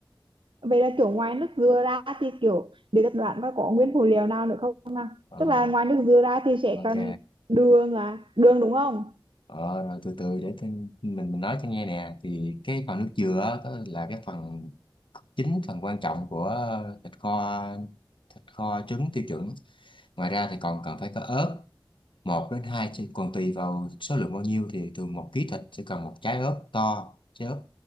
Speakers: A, on the right; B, on the left.
A: Vậy là kiểu ngoài nước dừa ra thì kiểu để tập đoán có có nguyên phụ liệu nào nữa không nào?
B: Ờ,
A: Tức là ngoài nước dừa ra thì sẽ
B: ok
A: cần đường à, đường đúng không?
B: ờ, rồi từ từ để tin- mình mình nói cho nghe nè thì cái phần nước dừa á, có là cái phần chính phần quan trọng của thịt kho thịt kho trứng tiêu chuẩn ngoài ra thì còn cần phải có ớt một đến hai chứ còn tùy vào số lượng bao nhiêu thì thường một ký thịt sẽ cần một trái ớt to trái ớt